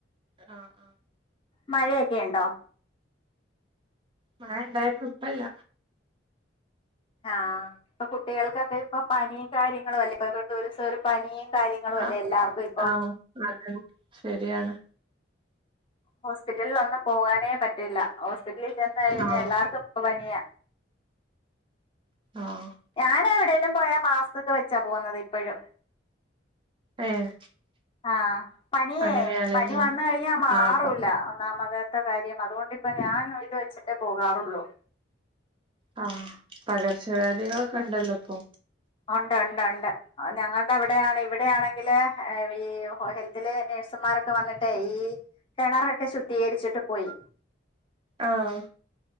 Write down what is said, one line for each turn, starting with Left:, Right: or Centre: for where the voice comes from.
Right: ആഹ് ആഹ്
Left: മഴയൊക്കെ ഉണ്ടോ
Right: മഴ ഇണ്ടായിരുന്നു ഇപ്പല്ല
Left: ആഹ് ഇപ്പൊ കുട്ടികൾക്കൊക്കെ ഇപ്പൊ പനിയും കാര്യങ്ങളും അല്ലേ ഇപ്പൊ ഒരു പനിയും കാര്യങ്ങളും അല്ലേ
Right: ആഹ്
Left: എല്ലാവർക്കും ഇപ്പൊ
Right: ആഹ് അതെ ശരിയാണ്
Left: ഹോസ്പിറ്റലിൽ ഒന്നും പോകാനേ പറ്റില്ല ഹോസ്പിറ്റലിൽ ചെന്ന് കഴിഞ്ഞാൽ
Right: ആഹ്
Left: എല്ലാർക്കും പനിയ
Right: ആഹ്
Left: ഞാന് എവിടെലും പോയാ മാസ്ക് ഒക്കെ വെച്ചാ പോകുന്നത് ഇപ്പഴും
Right: ഏഹ്
Left: ആഹ് പനിയേ
Right: അങ്ങനെയാലേ
Left: പനി
Right: പോണ്
Left: വന്ന് കഴിഞ്ഞാ മാറൂല്ല
Right: ആഹ് പ
Left: ഒന്നാമതത്തെ കാര്യം അതോണ്ട് പ്പ ഞാൻ <unintelligible> ത് വെച്ചിട്ടേ പോകാറുള്ളൂ
Right: ആഹ് പകർച്ചവ്യാധികളൊക്കെ ണ്ടല്ലോ പ്പൊ
Left: ഉണ്ട് ണ്ട് ണ്ട് ഞങ്ങൾടെ അവടാണേ ഇവിടാണെങ്കില് വീ ഹെൽത്തിലെ നേഴ്സുമാരൊക്കെ വന്നിട്ടേ ഈ കെണറൊക്കെ ശുദ്ധീകര്ച്ട്ട് പോയി
Right: ആഹ്